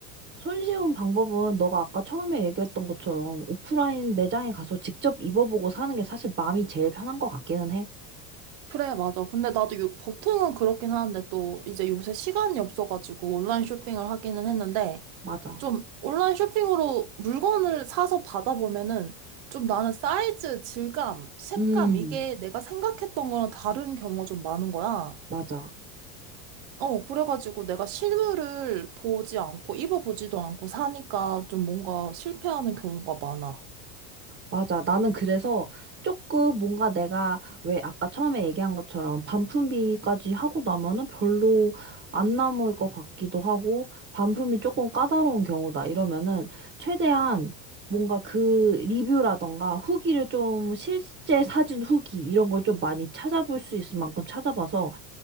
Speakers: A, on the right; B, on the right.
A: 손쉬운 방법은 너가 아까 처음에 얘기했던 것처럼 오프라인 매장에 가서 직접 입어보고 사는 게 사실 마음이 제일 편한 것 같기는 해.
B: 그래, 맞아. 근데 나도 요, 보통은 그렇긴 하는데 또 이제 요새 시간이 없어가지고 온라인 쇼핑을 하기는 했는데,
A: 맞아.
B: 좀 온라인 쇼핑으로 물건을 사서 받아보면은 좀 나는 사이즈, 질감, 색감
A: 음.
B: 이게 내가 생각했던 거랑 다른 경우가 좀 많은 거야.
A: 맞아.
B: 어, 그래가지고 내가 실물을 보지 않고 입어보지도 않고 사니까 좀 뭔가 실패하는 경우가 많아.
A: 맞아. 나는 그래서 조금 뭔가 내가 왜 아까 처음에 얘기한 것처럼 반품비까지 하고 나면은 별로 안 남을 것 같기도 하고 반품이 조금 까다로운 경우다 이러면은 최대한 뭔가 그 리뷰라던가 후기를 좀 실제 사진 후기 이런 걸 좀 많이 찾아볼 수 있을 만큼 찾아봐서